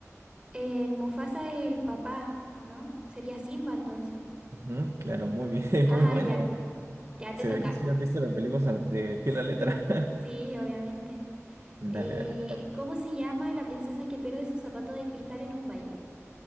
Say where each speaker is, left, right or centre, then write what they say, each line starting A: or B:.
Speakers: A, on the right; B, on the right.
A: El Mufasa es el papá, ¿o no? Sería Simba entonces.
B: Ujú, claro, muy bien, <laughs>
A: Ajá,
B: muy buena.
A: ya, ya te
B: Se
A: toca.
B: ve que sí has visto las películas al- de
A: Sí,
B: pie a la letra. <laughs>
A: sí, obviamente.
B: Dale,
A: Eh,
B: dale, te toca.
A: ¿cómo se llama la princesa que pierde su zapato de cristal en un baile?